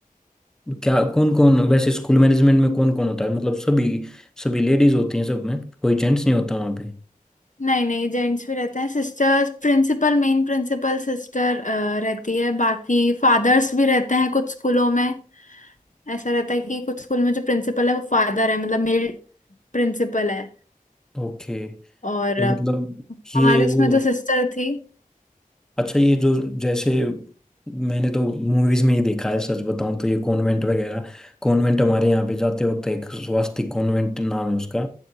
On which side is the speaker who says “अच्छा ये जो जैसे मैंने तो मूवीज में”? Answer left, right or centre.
Centre